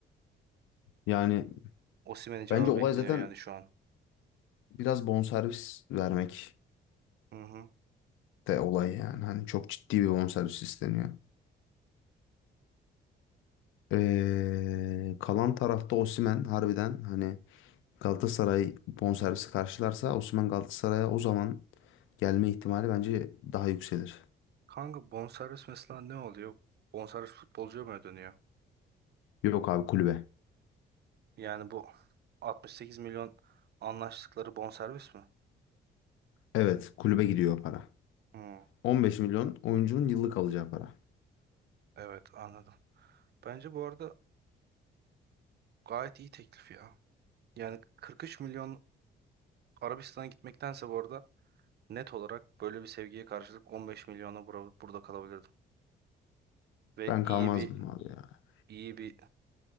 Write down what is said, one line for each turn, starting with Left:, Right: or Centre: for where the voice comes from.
Left: Yani
Right: Osimhen'in cevabı
Left: bence olay
Right: bekleniyor
Left: zaten
Right: yani şu an.
Left: biraz bonservis vermek
Right: Hı hı.
Left: de olay yani. Hani çok ciddi bir bonservis isteniyor. Ee, kalan tarafta Osimhen harbiden hani Galatasaray bonservisi karşılarsa Osimhen Galatasaray'a o zaman gelme ihtimali bence daha yükselir.
Right: Kanka bonservis mesela ne oluyor? Bonservis futbolcuya mı ödeniyor?
Left: Yok abi kulübe.
Right: Yani bu 68 milyon anlaştıkları bonservis mi?
Left: Evet kulübe gidiyor o para.
Right: Hı.
Left: 15 milyon oyuncunun yıllık alacağı para.
Right: Evet anladım. Bence bu arada gayet iyi teklif ya. Yani 43 milyon Arabistan'a gitmektense bu arada net olarak böyle bir sevgiye karşılık 15 milyona bura- burada kalabilirdim. Ve
Left: Ben
Right: iyi
Left: kalmazdım
Right: bir
Left: abi ya.
Right: iyi bir